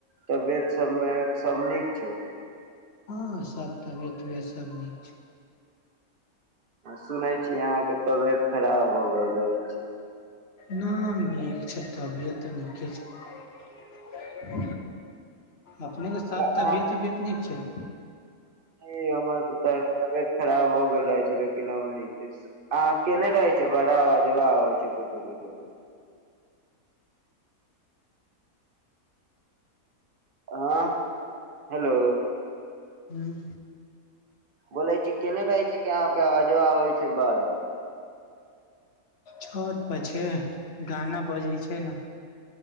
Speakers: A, on the right; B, on the left.
A: तबियत सब में सब नीक छै।
B: हँ, सब तबियत-उबियत सब नीक छै।
A: सुनै छी अहाँके तबियत खराब भऽ गेल रहै छै।
B: ना नीक छै तबियत तऽ नीके छै। अपनेके सब
A: तऽ अहाँ
B: तबियत-उबियत नीक छै।
A: जी हमर त तबियत खराब हो गेल रहे छै, लेकिन अब निक छै। आ के नहि रहै छै बड़ा बजबा आबै छै कुछो-कुछो के। हँ हेलो।
B: हूं।
A: बोलै छी केने रहै छै की, अहाँके अबजबा आबै छै बड़ा।
B: छौत पर छी, गाना बजै। छै ने